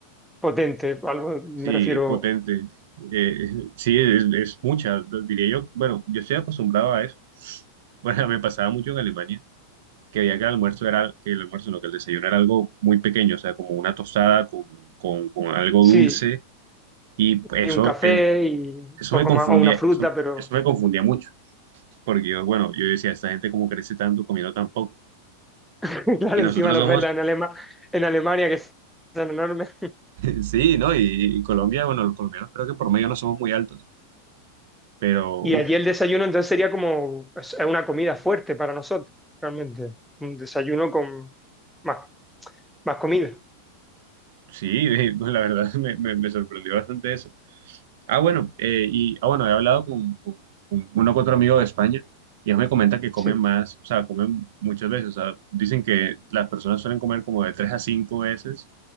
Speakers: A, in the centre; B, on the right.
A: potente, algo, me
B: Sí,
A: refiero,
B: potente. Eh, sí, es, es mucha, diría yo. Bueno, yo estoy acostumbrado a eso. <laughs> Bueno, me pasaba mucho en Alemania, que había que el almuerzo era, que el almuerzo, no, que el desayuno era algo muy pequeño, o sea, como una tostada con, con, con algo
A: sí,
B: dulce. Y eso,
A: y un café
B: eh,
A: y
B: eso
A: poco
B: me confundía,
A: más, o una fruta,
B: eso,
A: pero
B: eso me confundía mucho. Porque yo, bueno, yo decía, esta gente como crece tanto comiendo tan poco.
A: <laughs> claro,
B: Y nosotros
A: encima los
B: somos
A: velas en Alema- en Alemania que son enormes.
B: <laughs> Sí, ¿no? Y, y Colombia, bueno, los colombianos creo que por medio no somos muy altos, pero
A: Y
B: uf,
A: allí el desayuno entonces sería como es es una comida fuerte para nosotros, realmente. Un desayuno con más, más comida.
B: sí, <laughs> la verdad me, me- me sorprendió bastante eso. Ah, bueno, eh, y ah, bueno, he hablado con, con- con uno que otro amigo de España y ellos me comentan que comen
A: Sí,
B: más, o sea, comen muchas veces, o sea, dicen que las personas suelen comer como de tres a cinco veces,